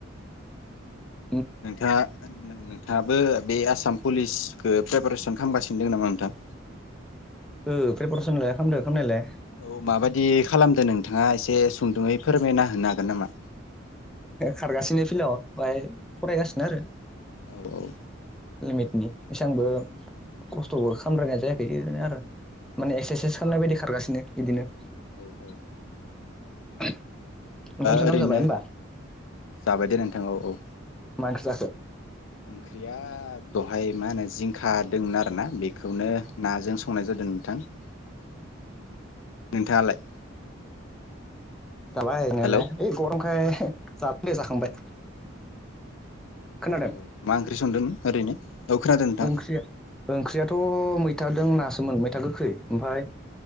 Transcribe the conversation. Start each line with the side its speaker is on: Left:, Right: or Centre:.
Centre: <unintelligible>
Left: नोंथाङा नोंथाङाबो बे आसाम पुलिसखौ फ्रेफारेसन खालामगासिनो नामा नोंथां
Centre: औ प्रिपारेसनलाय खालामदो खालामनायलाय
Left: औ माबायदि खालामदो नोंथाङा एसे सुंदुङै फोरमायना होना हागोन नामा?
Centre: खारगासिनो फिलाव ओमाय फरायगासिनो आरो
Left: औ औ
Centre: लिमिटनि एसेबांबो खस्थ'बो खालामद्रायनाय जायाखै ओरैनो आरो माने
Left: औ
Centre: एक्सारसाइस खालामनाय बायदि खारगासिनो नो बिदिनो
Left: औ औ
Centre: <unintelligible> ओंखाम सोंखाम
Left: ओरैनो
Centre: जाबाय होमबा?
Left: जाबाय दे नोंथां औ औ
Centre: मा ओंख्रि जाखो
Left: ओंख्रिया दहाय मा होनो जिंखा दंमोन आरोना बेखौनो नाजों संनाय जादों नोंथां नोंथाङालाय
Centre: जाबाय जानायालाय
Left: हेलौ
Centre: होय गरमखाय <unintelligible> जाखांबाय खोनादों
Left: औ औ मा ओंख्रि संदों ओरैनो औ खोनादों नोंथां
Centre: ओंख्रिया ओंख्रिआथ' मै थादों नासोमोन मैथा गोखै ओमफाय